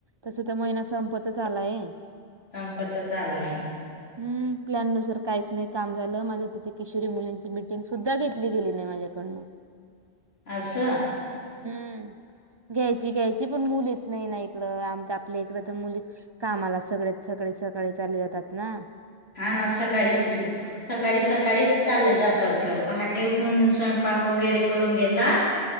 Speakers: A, on the right; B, on the left.
A: तसं तर, महिना संपतच आलाये.
B: संपतच आलाय.
A: <inaudible> हम्म. प्लॅननुसार काहीच नाही काम झालं. माझं त ते किशोरी मुलींची मीटिंग सुद्धा घेतली गेली नाही, माझ्याकडनं. <inaudible>
B: आस्स?
A: हम्म. घ्यायची - घ्यायची, पण मुलीच नाही ना इकडं. आमच आपले इकडं तर मुली, कामाला सगळे सकाळी- सकाळी चालले जातात ना.
B: हा, ना. सकाडीच, सकाडी- सकाडीच चालले जातात गप. पहाटे उठून, स्वयंपाक वगैरे करून घेतात.